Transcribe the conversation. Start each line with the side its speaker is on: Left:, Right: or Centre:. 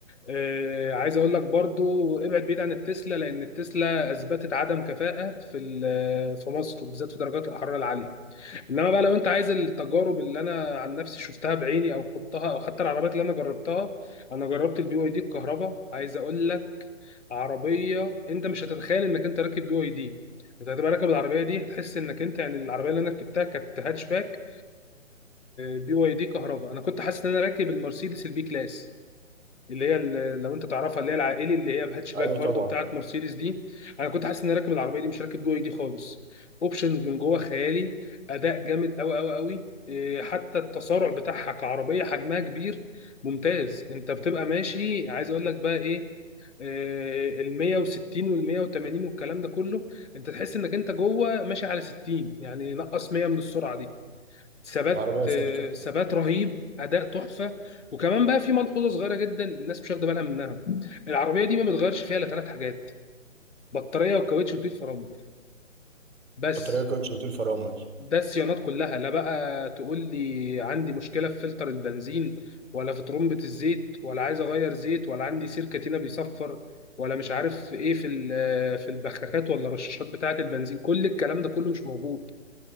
Left: آه، عايز اقول لك برضو ابعد بعيد عن التسلا لان التسلا اثبتت عدم كفاءه في ال- في مصر وبالذات في درجات الحراره العاليه انما بقى لو انت عايز التجارب اللي انا عن نفسي شفتها بعيني او خضتها او حتى العربيات اللي انا جربتها انا جربت البي واي دي الكهرباء عايز اقول لك عربيه انت مش هتتخيل انك انت راكب بي واي دي انت هتبقى راكب العربيه دي هتحس انك انت يعني العربيه اللي انا ركبتها كانت هاتش باك بي واي دي كهرباء انا كنت حاسس ان انا راكب المرسيدس البي كلاس اللي هي ال- لو انت تعرفها اللي هي العائلي اللي هي بهاتشباك
Right: أيوة
Left: برضو
Right: طبعا
Left: بتاعت مرسيدس دي انا كنت حاسس اني راكب العربيه دي مش راكب جوه دي خالص اوبشنز من جوه خيالي اداء جامد قوي قوي قوي حتى التسارع بتاعها كعربيه حجمها كبير ممتاز انت بتبقى ماشي عايز اقول لك بقى ايه آه، ال 160 وال 180 والكلام ده كله انت تحس انك انت جوه ماشي على 60 يعني نقص 100 من السرعه دي ثبات
Right: العربية ثابتة
Left: آه، ثبات رهيب اداء تحفه وكمان بقى في ملحوظه صغيره جدا الناس مش واخده بالها منها العربيه دي ما بتغيرش فيها الا ثلاث حاجات بطاريه وكاوتش وتيل فرامل بس
Right: بطارية كوتش وطول فرامل
Left: ده الصيانات كلها لا بقى تقول لي عندي مشكله في فلتر البنزين ولا في ترمبه الزيت ولا عايز اغير زيت ولا عندي سيركتينه بيصفر ولا مش عارف ايه في ال- في البخاخات ولا الرشاشات بتاعه البنزين كل الكلام ده كله مش موجود